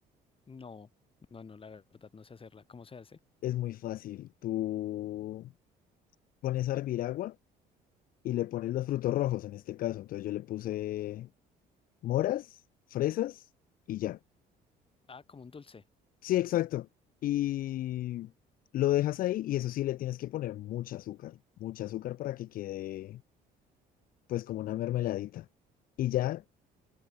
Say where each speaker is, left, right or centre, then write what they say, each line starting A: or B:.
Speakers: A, on the left (about 30°); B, on the left (about 55°).
A: No, no, no, la verdad no sé hacerla. ¿Cómo se hace?
B: Es muy fácil. Tú pones a hervir agua y le pones los frutos rojos en este caso. Entonces yo le puse moras, fresas y ya.
A: Ah, como un dulce.
B: Sí, exacto. Y lo dejas ahí y eso sí le tienes que poner mucha azúcar, mucha azúcar para que quede pues como una mermeladita. Y ya,